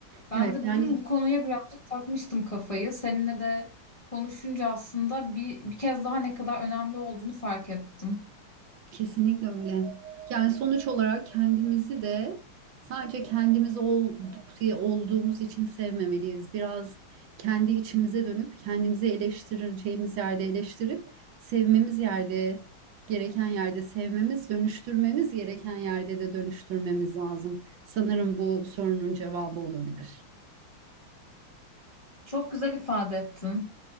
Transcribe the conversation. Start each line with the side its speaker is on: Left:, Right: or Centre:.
Left: Ben
Right: Evet,
Left: de
Right: yani
Left: bugün bu konuya birazcık takmıştım kafayı. Seninle de konuşunca aslında bir, bir kez daha ne kadar önemli olduğunu fark ettim.
Right: Kesinlikle öyle. Yani sonuç olarak kendimizi de sadece kendimiz olduk diye olduğumuz için sevmemeliyiz. Biraz kendi içimize dönüp kendimizi eleştireceğimiz yerde eleştirip sevmemiz yerde gereken yerde sevmemiz, dönüştürmemiz gereken yerde de dönüştürmemiz lazım. Sanırım bu sorunun cevabı olabilir.
Left: Çok güzel ifade ettin.